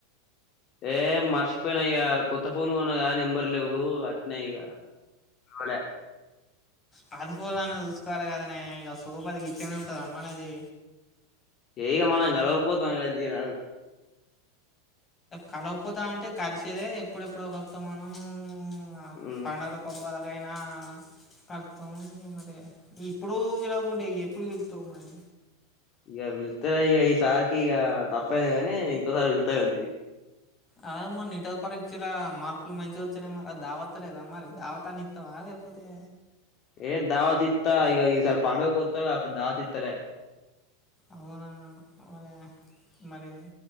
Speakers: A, on the left; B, on the left.
A: ఏ మర్చిపోయినా ఇగా కొత్త ఫోన్ కొన్నా నెంబర్ లేవు అట్నే ఇగా అవులే
B: పద్ పూలనా చూసుకోవాలి కదనే ఇ సోఫదికి ఇచ్చనే ఉంటంది రమ్మాన్ది.
A: ఏ ఇగా గలవక పోతామా తీరాదు
B: కలపోతా అంటే కలిసేదే ఎప్పుడెప్పుడో కలుస్తాం మనం ఆ
A: మ్
B: పండగల పబ్బాలకు గైనా కతం మరి ఇప్పుడు ఇలాగండే ఎప్పుడు పిలుత్తావు మరి
A: ఇగా పిలిస్తేరే ఇగా ఈ సారికి ఇక తప్పైంది గానీ ఇంకోసారి వెళ్తాయి అడి
B: అద మొన్న ఇంటర్ పరీక్షల మార్కులు మంచిగా వచ్చాయయి మరి దావతలేదా మరి దావత అని ఇస్తావా చెప్పుతే
A: ఏ దావతిత్తా ఇగ ఈసారి పండడుగ కొత్త అప్పుడు దావత్ ఇత్తలే
B: అవునా మరి మరి